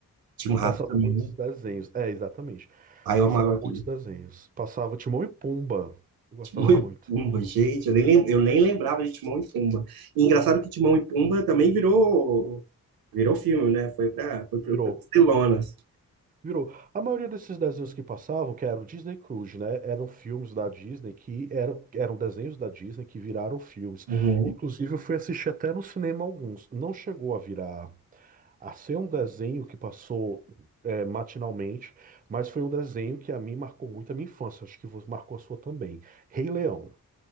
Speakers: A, on the right; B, on the right.
A: Tinha
B: e
A: um
B: passava
A: rato também,
B: muitos
A: né?
B: desenhos. É, exatamente.
A: Aí eu
B: Passava
A: amava aquilo.
B: muitos desenhos. Passava Timão e Pumba. Eu gostava
A: Timão
B: muito.
A: e Pumba, gente, eu nem, lem- eu nem lembrava de Timão e Pumba. E engraçado que Timão e Pumba também virou, virou filme, né? Foi para foi para
B: Virou.
A: as telonas.
B: Virou. A maioria desses desenhos que passavam, que era o Disney Cruise, né? Eram filmes da Disney que eram, que eram desenhos da Disney que viraram filmes.
A: Uhum.
B: Inclusive, eu fui assistir até no cinema alguns. Não chegou a virar A ser um desenho que passou é, matinalmente, mas foi um desenho que a mim marcou muito a minha infância. Acho que vos- marcou a sua também. Rei Leão.